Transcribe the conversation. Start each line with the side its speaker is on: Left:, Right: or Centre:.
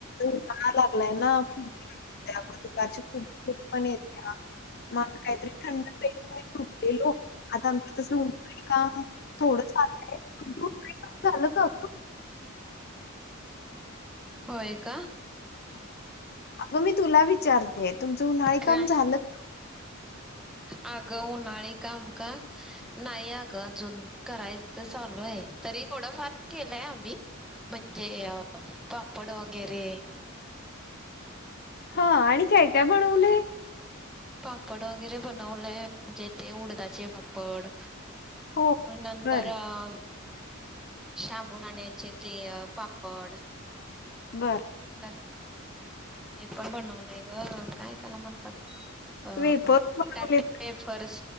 Left: उन्हाळा लागलाय ना, त्यामुळे दुपारची खूप झोप पण येत्या. म आता काहीतरी थंड पेयचे म्हणून उठलेलो आता आमचं तसं उन्हाळी काम थोडं झालंय. तुझं उन्हाळी काम झालं का गं?
Centre: होय का?
Left: अगं, मी तुला विचार ते तुमचं उन्हाळी
Centre: काय
Left: काम झालं
Centre: अगं, उन्हाळी काम का? नाही अगं अजून. करायचं चालू आहे. तरी थोडं फार केलंय आम्ही. म्हणजे अ पापड वगैरे.
Left: हा आणि काय काय बनवलेय?
Centre: पापड वगैरे बनवलंय म्हणजे - ते उडदाचे पापड
Left: हो
Centre: नंतर
Left: बर
Centre: अं साबुदाण्याचे ते पापड
Left: बर.
Centre: अं हे पण बनवलंय गं, काय त्याला म्हणतात? अं
Left: वेपर
Centre: बटाटेे
Left: बनवले
Centre: वेफर्स.